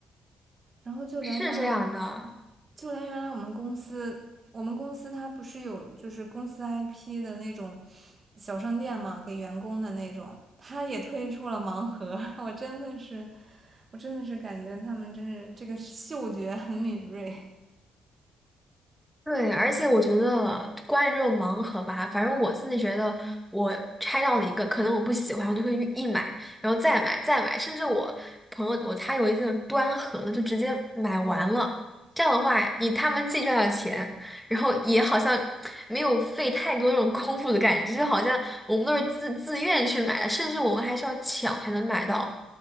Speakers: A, on the right; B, in the centre.
A: 然后就连原来
B: <laughs> 是这样的。
A: 就连原来我们公司，我们公司它不是有就是公司 IP 的那种小商店嘛，给员工的那种，它也推出了盲盒。我真的是，我真的是感觉他们真是这个嗅觉很敏锐。
B: 对，而且我觉得关于这种盲盒吧，反正我自己觉得，我拆到了一个，可能我不喜欢，我就会一买，然后再买，再买，甚至我朋友我他有一次端盒的，就直接买完了。这样的话，你他们既赚了钱，然后也好像没有费太多那种功夫的感觉，就好像我们都是自自愿去买的，甚至我们还需要抢才能买到。